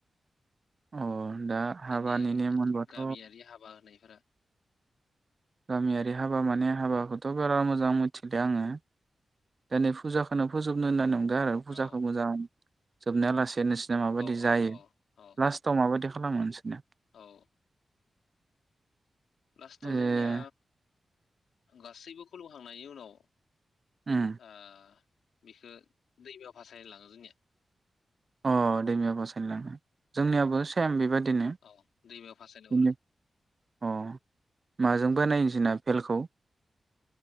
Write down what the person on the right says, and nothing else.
अ दा हाबानि
नेम होनबाथ'
गामियारि हाबा माने हाबाखौथ' बारा मोजां मिथिलिया आंङो दा फुजाखौनो फोजोबनो होनना नं दा आरो फुजाखौ
मोजां जोबनाया लासि बे नोसिना माबायदि
जायो?
लास्टाव माबायदि खालामो नोंसोरना
ए
उम
अ दैमायाव बासायनो लांङो जोंनियावो सेम बे बादि दिनो
इनो
अह माजों बानायो जो बेल खौ